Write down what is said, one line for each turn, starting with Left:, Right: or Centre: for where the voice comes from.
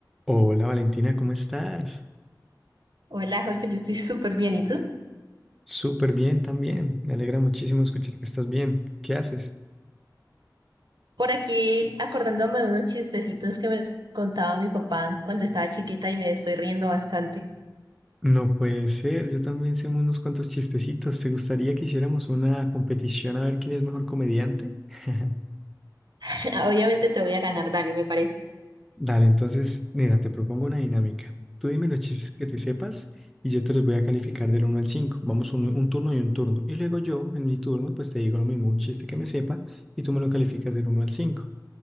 Centre: Hola Valentina, ¿cómo estás?
Right: Hola, José, yo estoy súper bien. ¿Y tú?
Centre: Súper bien también. Me alegra muchísimo escuchar que estás bien. ¿Qué haces?
Right: Por aquí acordándome de unos chistecitos que me contaba mi papá cuando estaba chiquita y me estoy riendo bastante.
Centre: No puede ser, yo también sé unos cuantos chistecitos. ¿Te gustaría que hiciéramos una competición a ver quién es mejor comediante? <laughs>
Right: <laughs> Obviamente te voy a ganar, dale, me parece.
Centre: Dale, entonces, mira, te propongo una dinámica. Tú dime los chistes que te sepas y yo te los voy a calificar del uno al 5. Vamos un, un turno y un turno. Y luego yo, en mi turno, pues te digo lo mismo, un chiste que me sepa y tú me lo calificas del uno al 5.